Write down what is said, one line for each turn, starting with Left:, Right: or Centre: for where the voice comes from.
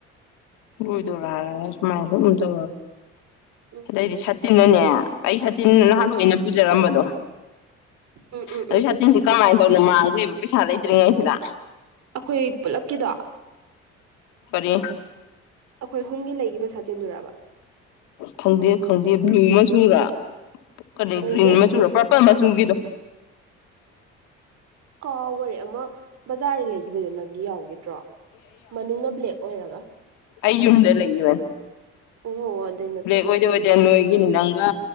Left: ꯎꯗꯔ ꯃꯥꯏ ꯎꯗ
Right: ꯎꯝ
Left: ꯂꯩꯗꯤ ꯁꯥꯇꯤꯟ ꯁꯤꯅꯅꯦ ꯑꯩ ꯁꯥꯇꯤꯟ ꯤꯟ ꯅꯍꯥꯟꯋꯥꯏ
Right: ꯎꯝ
Left: ꯑꯩꯅ ꯄꯨꯖꯔꯝꯕꯗꯣ
Right: ꯎꯝ ꯎꯝ
Left: ꯑꯗꯨ
Right: ꯎꯝ
Left: ꯁꯥꯇꯤꯟꯁꯤ ꯀꯃꯥꯏꯅ ꯇꯧꯅꯣ ꯃꯥꯡꯈ꯭ꯔꯦꯕ ꯄꯩꯁꯥ ꯂꯩꯇ꯭ꯔꯤꯉꯩ ꯁꯤꯗ
Right: ꯑꯩꯈꯣꯏ ꯄꯨꯂꯞꯀꯤꯗꯣ
Left: ꯀꯔꯤ
Right: ꯑꯩꯈꯣꯏ ꯑꯍꯨꯝꯒꯤ ꯂꯩꯈꯤꯕ ꯁꯥꯇꯤꯟꯗꯨꯔꯔꯕ
Left: ꯈꯪꯗꯦ ꯈꯪꯗꯦ ꯕ꯭ꯂꯨ ꯃꯆꯨ ꯔꯥ ꯀꯔꯤ
Right: ꯍꯣꯏꯅꯦ
Left: ꯒ꯭ꯔꯤꯟ ꯃꯆꯨꯔꯣ ꯄꯔꯄꯜ ꯃ ꯆꯨꯡꯒꯤꯗ
Right: ꯀꯥꯎ ꯍꯔꯦ ꯑꯃ ꯕꯖꯥꯔꯗ ꯂꯩꯈꯤꯕꯗꯨꯣ ꯅꯪꯗꯤ ꯌꯥꯎꯈꯤꯗ꯭ꯔꯣ ꯃꯅꯨꯡꯅ ꯕ꯭ꯂꯦꯛ ꯑꯣꯏꯔꯒ
Left: ꯑꯌꯨꯗ ꯂꯩꯨꯃꯦꯟ
Right: ꯑꯣ ꯑꯗꯨꯏ ꯅꯠꯇꯦ
Left: ꯑꯣꯏꯗꯦ ꯑꯣꯏꯗꯦ ꯅꯣꯏ ꯑꯩꯒꯤꯅꯤ ꯅꯪꯒ